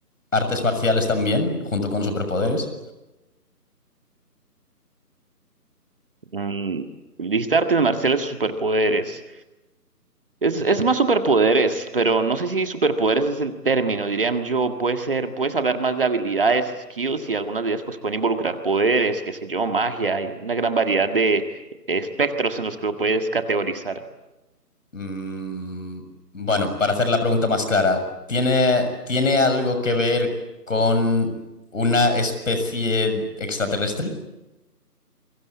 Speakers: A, on the left; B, on the right.
A: artes marciales también, junto con superpoderes?
B: Mm, listar artes marciales o superpoderes. Es, es más superpoderes, pero no sé si superpoderes es el término, dirían yo, puede ser, puedes hablar más de habilidades, skills y algunas de ellas pues pueden involucrar poderes, qué sé yo, magia, hay una gran variedad de espectros en los que lo puedes categorizar.
A: Mm, bueno, para hacer la pregunta más clara, ¿tiene, tiene algo que ver con una especie extraterrestre?